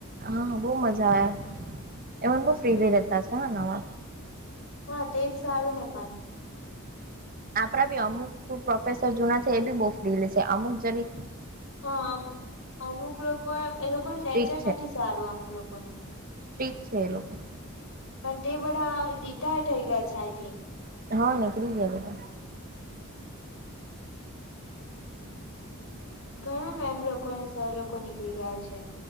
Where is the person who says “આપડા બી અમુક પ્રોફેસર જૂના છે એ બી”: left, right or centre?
Right